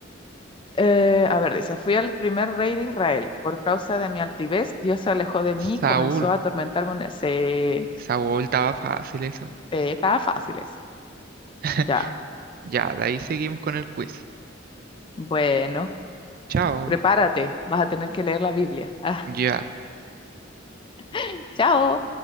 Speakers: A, on the left; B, on the right.
A: Eh, a ver, dice, fui el primer rey de Israel. Por causa de mi altivez, Dios se alejó de mí y
B: Saúl.
A: comenzó a atormentarme. una- Se...
B: Saúl estaba fácil eso.
A: eh, estaba fácil eso.
B: <laughs>
A: Ya,
B: Ya, de ahí seguimos con el quiz.
A: bueno,
B: Chao.
A: prepárate, vas a tener que leer la Biblia. Ah,
B: Ya.
A: <laughs> chao.